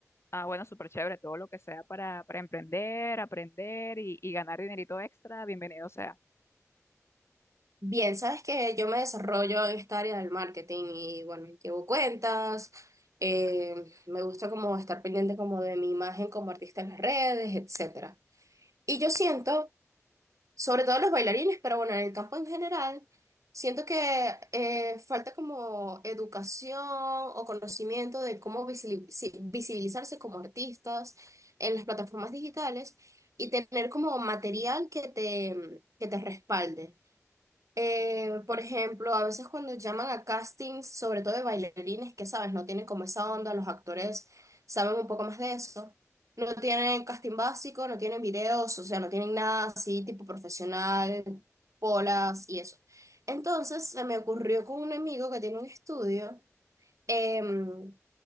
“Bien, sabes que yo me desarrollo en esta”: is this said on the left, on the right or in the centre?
Right